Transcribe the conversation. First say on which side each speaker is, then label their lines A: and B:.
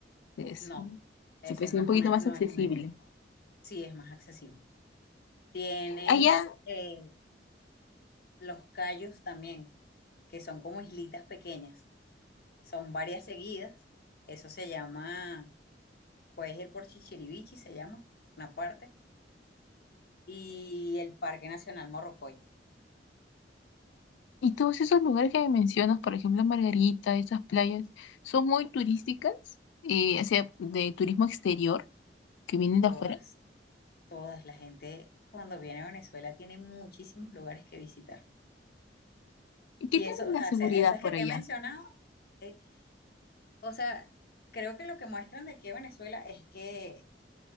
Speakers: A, on the left; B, on the left.
A: Es,
B: No, ese
A: se parece
B: no
A: un
B: es
A: poquito
B: una,
A: más
B: no
A: accesible.
B: es una, isla. sí es más accesible. Tienes
A: Allá,
B: eh, los cayos también, que son como islitas pequeñas, son varias seguidas, eso se llama, puedes ir por Chichirivichi, se llama, una parte, y el Parque Nacional Morrocoy,
A: y todos esos lugares que me mencionas, por ejemplo, Margarita, esas playas, son muy turísticas, eh, o sea, de turismo exterior, que vienen
B: todas.
A: de afuera.
B: todas. La gente cuando viene a Venezuela tiene muchísimos lugares que visitar.
A: ¿Y qué
B: Y
A: tal
B: eso,
A: es
B: o
A: la seguridad
B: sea, esas
A: por
B: que te
A: allá?
B: he mencionado, eh, o sea, creo que lo que muestran de aquí a Venezuela es que